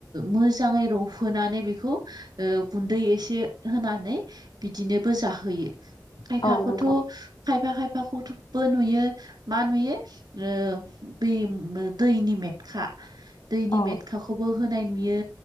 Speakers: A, on the right; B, on the left.
A: मोजाङै रबहोनानै बे खौ ओ गुन्दै एसे होनानै बिदिनोबो जाहोयो खायफाखौथ'
B: औ नंगौ
A: खायफा खायफाखौथ' बोन नुयो मा नुयो ओ दै दैनि मेथखा दैनि
B: औ
A: मेटखाखौबो होनाय नुयो